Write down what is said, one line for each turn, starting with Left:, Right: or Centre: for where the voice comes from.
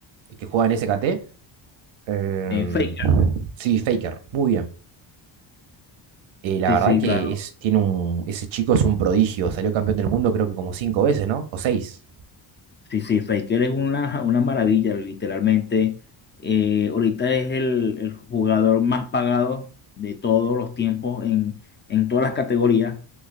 Right: el que juega en S SKT. Em,
Left: Eh, Faker,
Right: sí, Faker. Muy bien. Eh, la
Left: sí,
Right: verdad
Left: sí,
Right: que
Left: claro.
Right: es, tiene un, ese chico es un prodigio. Salió campeón del mundo creo que como cinco veces, ¿no? O seis.
Left: Sí, sí, Faker es una, una maravilla, literalmente. Eh, ahorita es el, el jugador más pagado de todos los tiempos en, en todas las categorías,